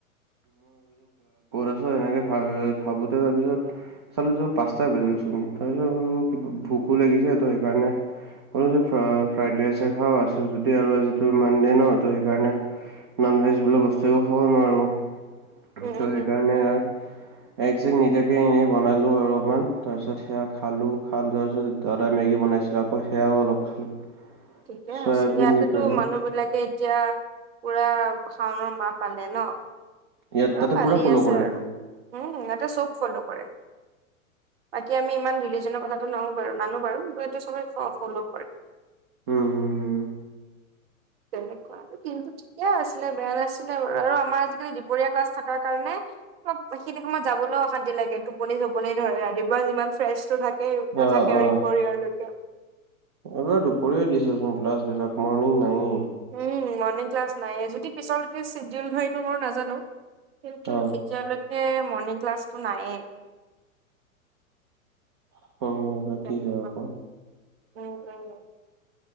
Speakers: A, on the right (about 45°); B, on the right (about 20°).
A: <inaudible>
B: পিছত, এনেকে ভা, ভাবোতে তাৰপিছত চালো তো, পাঁচটা বাজিলচোন তাৰপিছত কিবা, ভোকো লাগিছে ত, সেইকাৰণে ক'লো যে, ফ্ৰাইড ৰাইচে খাওঁ, আছোঁ যদি আৰু আজি টো মানডে' ন, ত, সেইকাৰণে নন, ভেজ বোলা বস্তুও খাব নোৱাৰোঁ, ত,
A: উম উম
B: সেইকাৰণে
A: উম
B: এগ, চেক নিদিয়াকে এনেই বনালোঁ অলপমান, তাৰপিছত সেয়া খালোঁ, খালোঁ তাৰপিছত ত, তই মেগী বনাইছিল আকৌ সেয়াও অলপ খালোঁ।
A: ঠিকে
B: চয়াবিন
A: আছে, ইয়াতেতো
B: দি পেলাই
A: মানুহ বিলাকে এতিয়া, পুৰা শাওনৰ মাহ পালে ন,
B: ইয়াত
A: পুৰা
B: তাতে
A: পালি
B: পূৰা ফ'ল'
A: আছে
B: কৰে
A: আৰু উম, সিহতে চব ফলৌ' কৰে। বাকী আমি ইমান ৰিলিজনৰ কথাটো নানো, বাৰু কিন্তু এইটো চবে ফ'লৌ কৰে।
B: উম, হম, হম,
A: তেনেকুৱা আৰু কিন্তু ঠিকে আছিলে, বেয়া নাছিলে আৰু আমাৰ আজিকালি দুপৰীয়া ক্লাছ থাকাৰ কাৰণে অলপ সিখিনি সময়ত যাবলৈও অশান্তি লাগে, টোপনি- চোপনি ধৰে ৰাতিপুৱা যিমান ফ্ৰেছ টো থাক তাকেই নাথাকে
B: অঁ
A: আৰু
B: অঁ
A: ৰিপৰয়ালৈকে।
B: এইবাৰ দুপৰীয়াই দিছেচোন, ক্লাছ বিলাক, মৰ্ণিং নাইয়েই।
A: উম, মৰ্ণিং ক্লাছ নাইয়েই, যদি পিছলৈকে চ্বিডিউল হয় এইটো মই নাজানো। কিন্তু
B: অ
A: এতিয়ালৈকে, মৰ্ণিং ক্লাছটো নাইয়ে।
B: <inaudible>
A: তেনেকুৱা উম, উম,